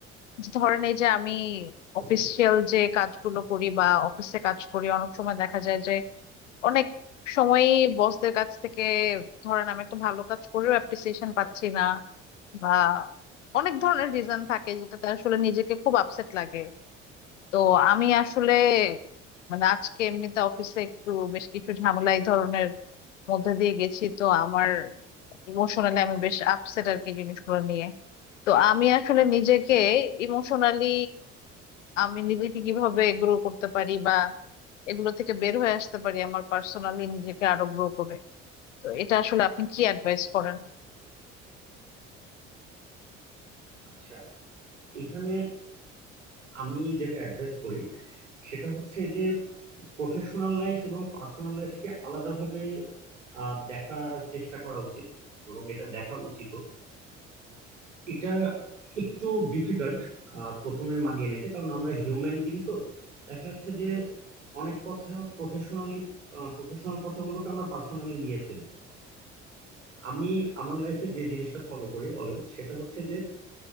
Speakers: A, on the left (about 75°); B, on the right (about 80°).
A: যে ধরেন এই যে আমি অফিসিয়াল
B: ওকে
A: যে কাজগুলো করি বা অফিসে কাজ করি অনেক সময় দেখা যায় যে অনেক সময়ই বসদের কাছ থেকে ধরেন আমি একটা ভালো কাজ করেও অ্যাপ্রিসিয়েশন পাচ্ছি না বা অনেক ধরনের রিজন থাকে যেটাতে আসলে নিজেকে খুব আপসেট লাগে তো আমি আসলে মানে আজকে এমনিতে অফিসে একটু বেশ কিছু ঝামেলা এই ধরনের মধ্যে দিয়ে গেছি তো আমার ইমোশনালি আমি বেশ আপসেট আর কি জিনিসগুলো নিয়ে তো আমি আসলে নিজেকে ইমোশনালি আমি নিজেকে কিভাবে গ্রো করতে পারি বা এগুলো থেকে বের হয়ে আসতে পারি আমার পার্সোনালি নিজেকে আরো গ্রো করে তো এটা আসলে আপনি কি অ্যাডভাইস করেন
B: আচ্ছা এখানে আমি যেটা অ্যাডভাইস করি সেটা হচ্ছে যে প্রফেশনাল লাইফ এবং পার্সোনাল লাইফকে আলাদাভাবে আহ, দেখার চেষ্টা করা উচিত এবং এটা দেখা উচিত এটা একটু ডিফিকাল্ট প্রথমে মানিয়ে নিতে কারণ আমরা হিউম্যান বিন তো দেখা যাচ্ছে যে অনেক কথা প্রফেশনালি প্রফেশনাল কথাগুলোকে আমরা পার্সোনালি নিয়ে ফেলি আমি আমার লাইফে যে জিনিসটা ফলো করি অলওয়েজ সেটা হচ্ছে যে